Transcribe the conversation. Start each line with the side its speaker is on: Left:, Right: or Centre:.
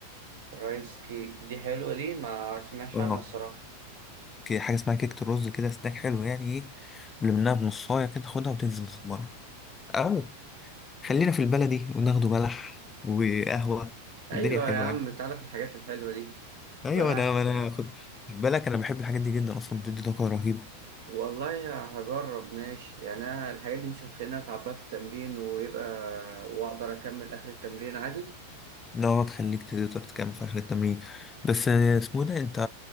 Right: رايس كيك دي حلوة دي ما سمعش
Left: اه
Right: عنها الصراحة
Left: كي- حاجة اسمها كيكة الرز كده سناك حلو يعني ايه قبل منها بنصاية كده خدها وتنزل تتمرن أو خلينا في البلدي وناخده بلح وقهوة
Right: ايوه
Left: والدنيا حلوة
Right: يا عم
Left: يعني
Right: تعالى في الحاجات الحلوة دي
Left: ايوه
Right: بلح
Left: انا انا خد بالك انا بحب الحاجات دي جدا اصلا بتدي طاقة رهيبة
Right: والله هجرب ماشي يعني انا الحاجات دي مش هتخليني اتعب بقى في التمرين ويبقى واقدر اكمل اخر التمرين عادي
Left: انها تخليك تقدر تكمل في اخر التمرين بس اسمه ده انت